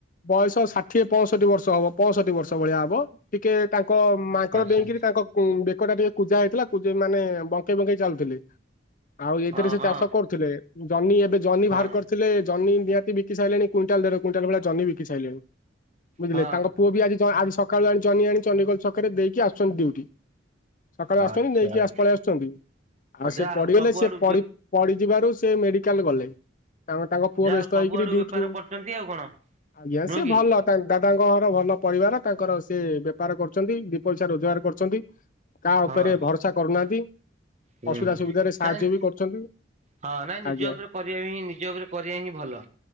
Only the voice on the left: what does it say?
ବୟସ ଷାଠିଏ, ପଞ୍ଚଷଠି ବର୍ଷ ହବ, ପଞ୍ଚଷଠି ବର୍ଷ ଭଳିଆ ହବ। ଟିକେ ତାଙ୍କ ମାଙ୍କଡ
ଡେଇଁକିରି ତାଙ୍କ ବେକଟା ଟିକେ କୁଜା ହେଇଥିଲା କୁଜେଇ ମାନେ ବଙ୍କେଇ ବଙ୍କେଇ ଚାଲୁଥିଲେ। ଆଉ ଏଇଥିରେ
ସେ
ଚାଷ କରୁଥିଲେ। ଜହ୍ନି ଏବେ ଜହ୍ନି
ବାହାର କରିଥିଲେ ଜହ୍ନି ନିହାତି ବିକି ସାଇଲଣି କୁଇଣ୍ଟାଲ ଦେଢ କୁଇଣ୍ଟାଲ ଭଳିଆ ଜହ୍ନି ବିକି ସାଇଲଣି। ବୁଝିଲେ
ତାଙ୍କ ଙ୍କ ପୁଅ ବି ଆଜି ଆଜି ସକାଳୁ ଆଣି ଜହ୍ନି ଆଣି ଚଣ୍ଡିଖୋଲ ଛକରେ ଦେଇକି ଆସୁଛନ୍ତି ଡ଼ିଉଟି। ସକାଳୁ
ଆସୁଛନ୍ତି ନେଇକି
ଆସ ପଳେଇ ଆସୁଛନ୍ତି। ଆଉ
ସେ ପଡ଼ିଗଲେ
ସେ ପଡି ପଡିଯିବାରୁ ସେ ମେଡିକାଲ ଗଲେ ତାଙ୍କ ପୁଅ
ବେସ୍-
ବ୍ୟସ୍ତ
ହେଇକିରି ଡିଉଟିରୁ
ୟାଁ
ସିଏ
ଭଲ। ଦାଦାଙ୍କ ଘର ଭଲ ପରିବାର ତାଙ୍କର ସିଏ ବେପାର କରୁଛନ୍ତି। ଦିଇ ପଇସା ରୋଜଗାର କରୁଛନ୍ତି। କାହା
ଉପରେ ଭରସା କରୁନାହାନ୍ତି।
ଅସୁବିଧା ସୁବିଧାରେ ସାହାଯ୍ୟ
ବି କରୁଛନ୍ତି
ଆଜ୍ଞା